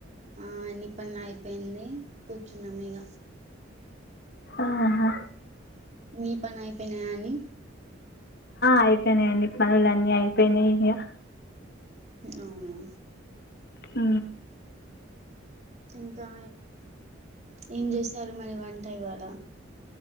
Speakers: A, on the right; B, on the left.
A: ఆ అన్ని పనుల అయిపోయింది కూర్చున్నాం ఇగ
B: ఆహా
A: మీ పని అయిపోయినా అండి
B: అయిపోయినాయండి పనులు అన్నీ అయిపోయినాయి ఇక
A: అవునా
B: ఆ
A: ఇంకా ఏం చేశారు మరి వంట ఇవాళ